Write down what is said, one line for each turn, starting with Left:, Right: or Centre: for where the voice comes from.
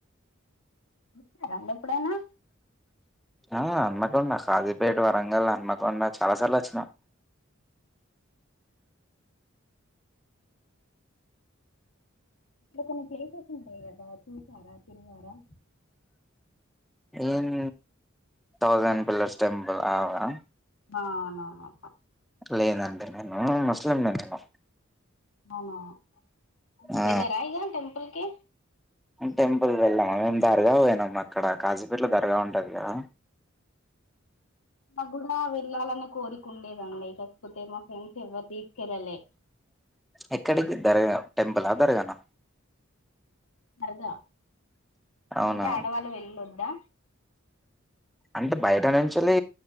Left: వచ్చారండి ఎప్పుడైనా
Centre: ఆ హన్మకొండ కాజీపేట్ వరంగల్ హన్మకొండ చాలా సార్లు వచ్చినం
Left: ఇప్పుడ కొన్ని ప్లేసెస్ ఉంటయి కదా చూసారా తిరిగారా
Centre: ఏమ్ థౌసండ్ పిల్లర్స్ టెంపుల్ అవా
Left: ఆ అవునవును
Centre: లేదండి నేను ముస్లిం నే నేను
Left: అవునా అయితే
Centre: ఆ
Left: వెళ్ళరా ఇగా టెంపుల్ కి
Centre: టెంపుల్ వెళ్ళామ్ మేము దర్గాకి పోయినాము అక్కడ కాజీపేట్లో దర్గా ఉంటది కదా
Left: నాకు కూడా వెళ్ళాలని కోరిక ఉండేదండి కాకపోతే మా ఫ్రెండ్స్ ఎవ్వరు తీసుకెళ్ళలేి
Centre: ఎక్కడికి దర్గా టెంపుల్ ఆ దర్గా నా
Left: దర్గా
Centre: అవునా
Left: అంటే ఆడవాళ్ళ వెళ్ళొద్దా
Centre: అంటే బయట నుంచాలి